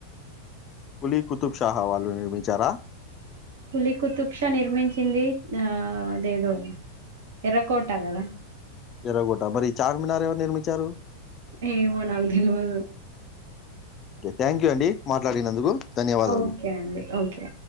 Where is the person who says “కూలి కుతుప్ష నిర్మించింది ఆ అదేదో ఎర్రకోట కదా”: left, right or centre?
Right